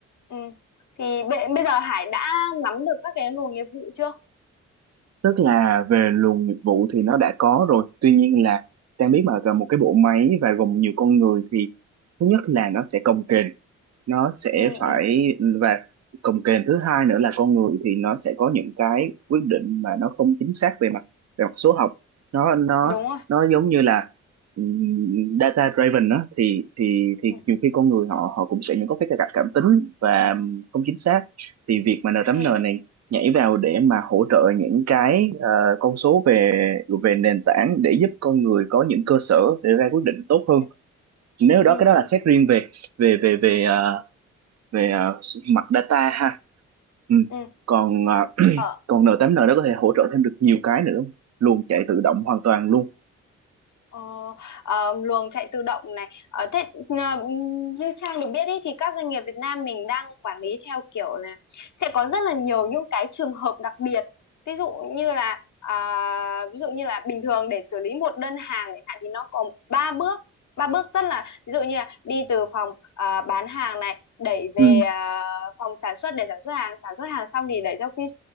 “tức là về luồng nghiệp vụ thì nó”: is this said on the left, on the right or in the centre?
Right